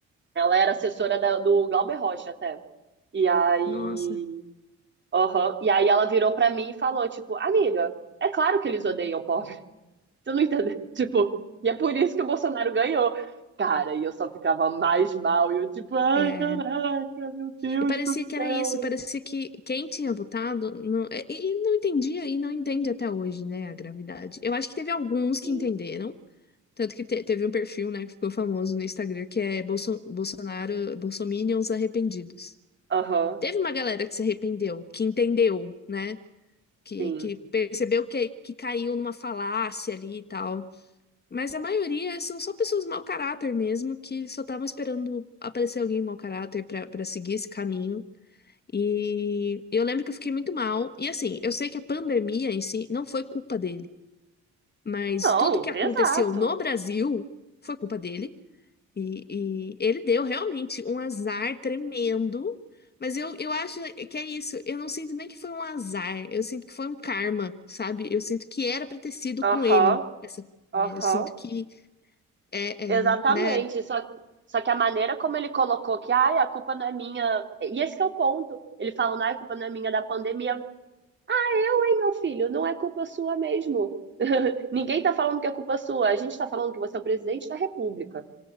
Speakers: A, on the right (about 40°); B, on the left (about 35°).
A: Ela era assessora da- do Glauber Rocha até. E aí
B: Nossa,
A: Aham. E aí ela virou pra mim e falou, tipo, amiga, é claro que eles odeiam pobre. <laughs> Tu não entendeu? Tipo, e é por isso que o Bolsonaro ganhou. Cara, e eu só ficava mais mal. E eu, tipo, ai,
B: é.
A: caraca, meu Deus
B: E parecia
A: do
B: que
A: céu.
B: era isso, parecia que quem tinha votado não... é, E e não entendia e não entende até hoje, né, a gravidade. Eu acho que teve alguns que
A: Sim.
B: entenderam, tanto que te- teve um perfil, né, que ficou famoso no Instagram, que é Bolso... Bolsonaro, Bolsominions arrependidos.
A: Aham,
B: Teve uma galera que se arrependeu, que entendeu, né? Que,
A: sim.
B: que percebeu que, que caiu numa falácia ali e tal. Mas a maioria são só pessoas mau caráter mesmo, que só estavam esperando aparecer alguém mau caráter pra para seguir esse caminho. E eu lembro que eu fiquei muito mal. E assim, eu sei que a pandemia em si não foi culpa dele, mas
A: Não,
B: tudo que aconteceu
A: exato.
B: no Brasil foi culpa dele. E, e ele deu realmente um azar tremendo, mas eu, eu acho que é isso. Eu não sinto nem que foi um azar, eu sinto que foi um karma, sabe? Eu sinto que era pra ter sido
A: Aham,
B: com ele essa companhia.
A: aham.
B: Eu sinto que é,
A: Exatamente.
B: é, né?
A: Só, só que a maneira como ele colocou que, ai, a culpa não é minha. E esse que é o ponto. Ele falando, ai, a culpa não é minha da pandemia. seu, hein, meu filho? Não é culpa sua mesmo. <laughs> Ninguém está falando que é culpa sua. A gente está falando que você é o presidente da República.